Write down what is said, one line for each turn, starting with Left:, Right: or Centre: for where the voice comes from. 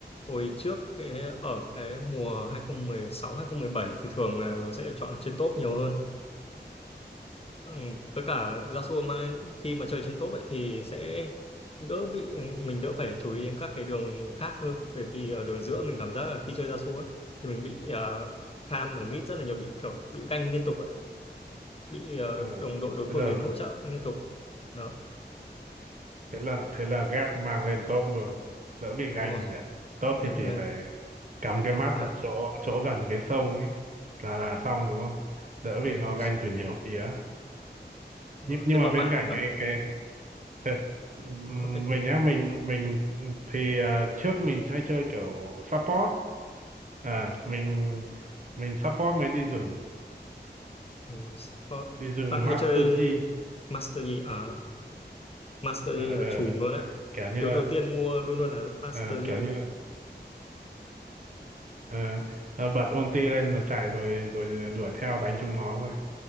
Left: hồi trước cái ở cái mùa 2016 2017 thì thường là nó sẽ được chọn ở trên top nhiều hơn Ừ. Với cả Yasuo mang khi mà chơi trên top ấy thì sẽ đỡ bị mình đỡ phải chú ý đến các cái đường khác hơn bởi vì ở đường giữa mình cảm giác là khi chơi Yasuo ấy thì mình bị uh, kham ở mid rất là nhiều bị kiểu bị ganh liên tục ấy. bị ờ,
Right: Ờ,
Left: đồng đội đối phương
Right: thế là
Left: đến hỗ trợ liên tục đó
Right: thế là thế là ghép mang lên top luôn đỡ bị
Left: đúng
Right: ganh
Left: rồi
Right: nhỉ top
Left: đỡ
Right: thì
Left: bị
Right: chỉ
Left: ganh
Right: phải cắm cái mắt
Left: à
Right: ở chỗ chỗ gần cái sông ấy là là xong
Left: đó,
Right: đúng không đỡ bị
Left: đúng
Right: nó
Left: rồi
Right: ganh từ nhiều phía
Left: Ờ,
Right: nhưng nhưng
Left: thế
Right: mà
Left: còn
Right: bên
Left: bạn
Right: cạnh
Left: bạn
Right: cái cái ờ, ừm,
Left: ok
Right: mình á mình mình thì à, trước mình chơi chơi kiểu support à mình mình support mới đi rừng
Left: Ừ, sport.
Right: đi rừng
Left: Bạn hay
Right: Master
Left: chơi
Right: G
Left: Master Yi à Master
Right: Ờ,
Left: Yi là
Right: ờ,
Left: chùm luôn á.
Right: kiểu như
Left: Tướng đầu tiên mua luôn luôn là Master
Right: ờ,
Left: Yi.
Right: kiểu như ờ, ờ, bật ulti lên rồi chạy rồi rồi đuổi theo đánh chúng nó thôi